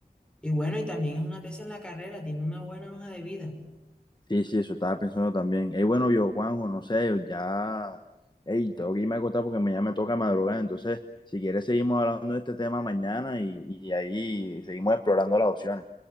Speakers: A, in the centre; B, on the left.
A: y bueno, y también es una tesa en la carrera, tiene una buena hoja de vida.
B: Sí, sí, eso estaba pensando también. Ey, bueno, yo, Juanjo, no sé, ya, ey, tengo que irme a acostar porque mañana me toca madrugar. Entonces, si quieres, seguimos hablando de este tema mañana y, y ahí seguimos explorando las opciones.